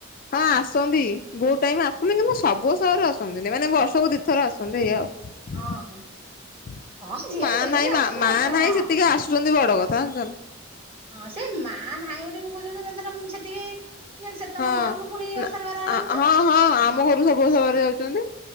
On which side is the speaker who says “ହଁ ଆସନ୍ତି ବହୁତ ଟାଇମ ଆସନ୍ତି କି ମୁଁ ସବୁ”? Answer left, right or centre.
Left